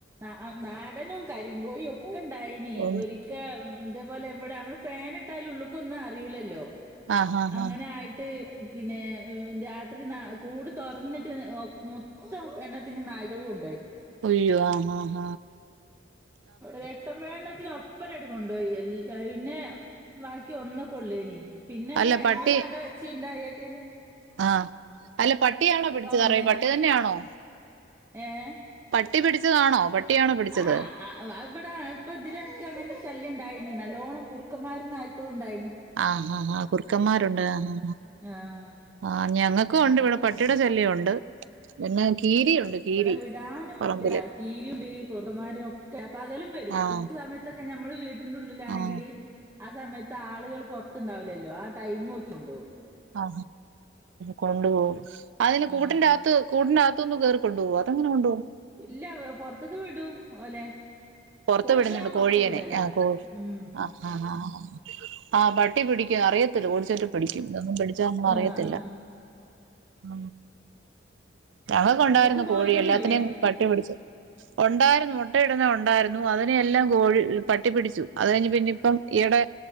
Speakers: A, on the right (about 15°); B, on the right (about 80°).
A: ആ ഹ നാടനും കരിങ്കോഴി ഒക്കെ ഇണ്ടായിനി
B: ഓ,
A: ഒരിക്കേ അതേപോലെ എവിടെ നമ്മടെ ഫാനനി ഇട്ടാലും ഉള്ളക്കൊന്നും അറിയില്ലല്ലോ
B: ആ ആ
A: അങ്ങനെ
B: ആ
A: ആായിട്ട് പിന്നെ രാത്രി ന കൂട് തുറന്നിട്ട് മൊത്തം എണ്ണത്തിന് നയിക്കാള്ക്കൊണ്ടോയി
B: അയ്യോ ആ ഹ ഹ
A: രക്ത വേടനത്തിനൊപ്പം എടുക്കണ്ട പോയി എല്ല പിന്നെ ബാക്കി ഒന്നൊ കൊള്ളേനീ പിന്നെ അങ്ങനെ
B: അല്ല
A: അയ്മന്ന്
B: പട്ടി
A: അട വെച്ചിുണ്ടായ <unintelligible>
B: ആ <unintelligible> അല്ല പട്ടിയാണോ പിടിച്ചുതറ
A: വന്ന്
B: പട്ടി തന്നെയാണോ
A: ഏ <unintelligible>
B: പട്ടി പിടിച്ചതാണോ <unintelligible> പിടിച്ചത്
A: ആ അ വ ഇവ്വ്ടെ ഇപ്പം ഇതിലെട്ക്ക്‌ അങ്ങനെ ശല്യം ഇണ്ടായി നി നല്ലോണ്ണം കുറുക്കന്മാരും നായ്ക്കളും ഇണ്ടായിനി
B: ആ ഹ ഹ കുറുക്കന്മാരുണ്ട് ആ
A: ആ
B: ആ ഞങ്ങക്കും ഒണ്ട് ഇവിടെ പട്ടിടെ ശല്യം ഒണ്ട് പിന്നെ കീരിയുണ്ട് കീരി
A: ഇവടെ വിടാനും
B: പറമ്പില്
A: <unintelligible> കീരി ഉണ്ട് കുറുക്കന്മാരും ഒക്കെ പകലും വരും
B: ആഹ്
A: ഉച്ച സമയത്തൊക്കെ ഞ നമ്മൾ വീ ട്ടിൻ്റെ ഉള്ളിലാണെങ്കില്
B: ആഹ്
A: ആ സമയത്ത് ആൾ ൾകൾ പൊർത്ത് ഇണ്ടാവലല്ലോ ടൈമൊക്കി കൊണ്ടോവും
B: ആ കൊണ്ട് പോവും അതിന് കൂട്ടിന്റെ
A: ആ
B: അകത്ത് കൂട്ടിന്റെ അ ത്തുന്ന് കേറി കൊണ്ട് പോവോ അതെങ്ങനെ കൊണ്ട് പോവും
A: ഇല്ല അവ പൊറത്ത്ക്ക്‌ വിടും ഓലെ
B: പൊർത്ത്
A: കോഴിക്കളെ
B: വിട്ന്ന്ണ്ട് കോഴിയെനെ
A: പുറത്ത് വിടലാ
B: ആ കോഴി
A: ഉം
B: ആ ആ അ അ അ ആ പട്ടി പിടിക്കും അറിയത്തില്ല ഓടിച്ചിട്ട് പിടിക്കും ഇതൊന്നും പിടിച്ചാ നമ്മൾ
A: ആ
B: അറിയത്തില്ല
A: ആ
B: <unintelligible> ഞങ്ങക്ക് ഉണ്ടായിരുന്നു
A: നിങ്ങക്ക് കോഴികളില്ലേ
B: കോഴി എല്ലാത്തിനെയും പട്ടി പിടിച്ചു ഒണ്ടായിരുന്നു മുട്ട ഇടുന്നെ ഒണ്ടായിരു ണു അതിനെ എല്ലാം കോഴി പട്ടിപ്പിടിച്ചു അത് കഴിഞ്ഞ് പിന്നെ ഇപ്പം ഈയിടെ